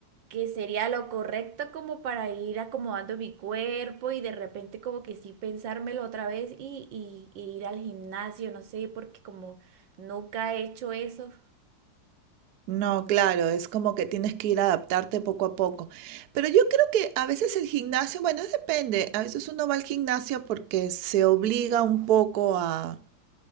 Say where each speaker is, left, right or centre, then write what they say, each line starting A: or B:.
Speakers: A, on the right; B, on the right.
A: que sería lo correcto como para ir acomodando mi cuerpo y de repente como que sí pensármelo otra vez y, y, y ir al gimnasio, no sé, porque como nunca he hecho eso.
B: No, claro, es como que tienes que ir a adaptarte poco a poco. Pero yo creo que a veces el gimnasio, bueno, depende, a veces uno va al gimnasio porque se obliga un poco a,